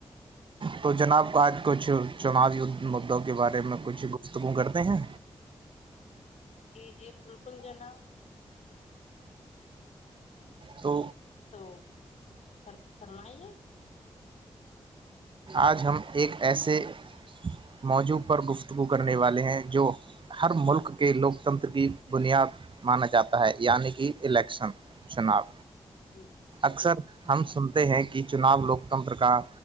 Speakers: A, on the right (about 50°); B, on the left (about 80°).
A: تو جناب آج کچھ چناوی مدوں کے بارے میں کچھ گفتگو کرتے ہیں
B: جی جی بالکل جناب
A: تو
B: تو فر فرمائیے
A: آج ہم ایک ایسے موضوع پر گفتگو کرنے والے ہیں جو ہر ملک کے لوکتنتر کی بنیاد مانا جاتا ہے یعنی کہ الیکشن چناب
B: جی جی
A: اکثر
B: جی
A: ہم سنتے ہیں کہ چناب لوکتنتر کا